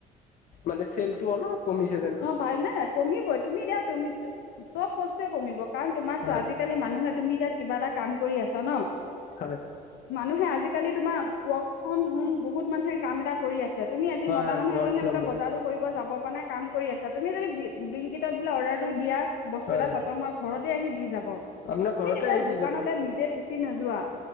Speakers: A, on the left; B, on the left.
A: মানে চেলটো অলপ কমিছে যেন ভাবো
B: অ' ভাই নাই কমিব তুমি দিয়া তুমি চব বস্তুৱে কমিব। কাৰণ তোমাৰ
A: হয়
B: চোৱা আজিকালি মানুহে তুমি এতিয়া কিবা এটা কাম কৰি আছা ন
A: হয়।
B: মানুহে আজিকালি তোমাৰ ৱৰ্ক ফ্ৰম হোম বহুত মানুহে কাম এটা কৰি আছে। তুমি আজি
A: হয়
B: মতা
A: হয়
B: মানুহ
A: ৱৰ্ক
B: এজনে
A: ফ্ৰম
B: বোলে
A: হোম
B: বজাৰতো কৰিব যাব পৰা নাই কাম কৰি আছা তুমি যদি ব্ৰিইংকিতত বোলে অৰ্ডাৰটো দিয়া বস্তু
A: হয়
B: এটা খতম হ হয় ঘৰতে আহি দি যাব। তুমি
A: আপোনাৰ ঘৰতে
B: তেতিয়া
A: আহি দি
B: দোকানলৈ
A: যাব
B: নিজে গুচি নোযোৱা।